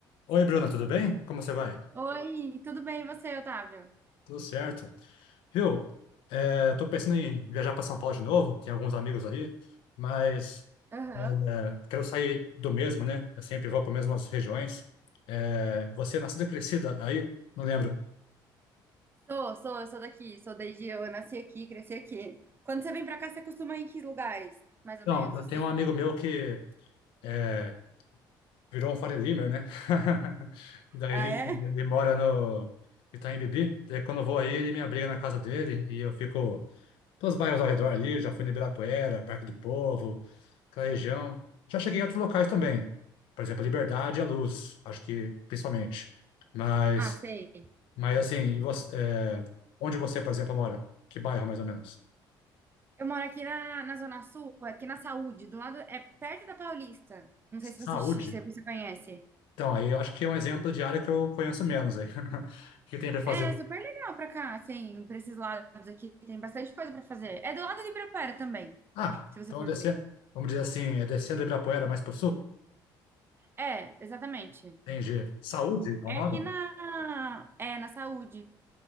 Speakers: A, on the left; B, on the right.
A: Oi, Bruna, tudo bem? Como você vai?
B: Oi, tudo bem e você, Otávio?
A: Tudo certo. Viu? É, tô pensando em viajar para São Paulo de novo, tem alguns amigos aí, mas
B: Aham.
A: é, quero sair do mesmo, né? Eu sempre vou para as mesmas regiões. É, você é nascida e crescida aí? Não lembro.
B: Sou, sou, eu sou daqui, sou desde eu nasci aqui, cresci aqui. Quando você vem pra cá, você costuma ir em que lugares? Mais ou
A: Não,
B: menos
A: eu
B: assim.
A: tenho um amigo meu que é, virou um Faria Limer, né? <laughs> Daí
B: Ah,
A: ele,
B: é?
A: ele mora no Itaim Bibi. Daí quando eu vou aí, ele me abriga na casa dele e eu fico Então, os bairros ao redor ali, já fui no Ibirapuera, Parque do Povo, aquela região. Já cheguei em outros locais também. Por exemplo, a Liberdade e a Luz, acho que principalmente. Mas,
B: Ah, sei.
A: mas assim, e você- é, onde você, por exemplo, mora? Que bairro, mais ou menos?
B: Eu moro aqui na, na Zona Sul, aqui na Saúde, do lado, é perto da Paulista. Não sei se
A: Saúde?
B: você, se você conhece.
A: Então, aí eu acho que é um exemplo de área que eu conheço menos aí. <laughs> O que tem para fazer?
B: É super legal pra cá, assim, pra esses lados aqui, tem bastante coisa pra fazer. É do lado de Ibirapuera também,
A: Ah,
B: se você
A: então
B: for
A: descendo,
B: ver.
A: vamos dizer assim, é descendo do Ibirapuera mais para o sul?
B: É, exatamente.
A: Entendi. Saúde é o
B: É
A: nome?
B: aqui na, é, na Saúde.